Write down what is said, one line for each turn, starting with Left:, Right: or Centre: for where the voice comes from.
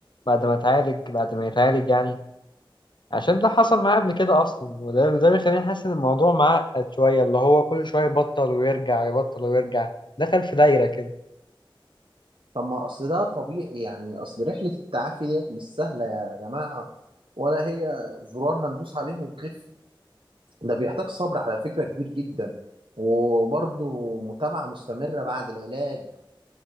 Left: بعد ما اتعالج بعد ما يتعالج يعني عشان ده حصل معاه قبل كده أصلا وده ده بيخليني حاسس إن الموضوع معقد شوية اللي هو كل شوية يبطل ويرجع يبطل ويرجع دخل في دايرة كده
Right: طب ما اصل ده طبيعي يعني اصل رحله التعافي ديت مش سهله يا جماعه ولا هي زرار هندوس عليه هيخف ده بيحتاج صبر على فكرة كبير جدا وبرضه متابعة مستمرة بعد العلاج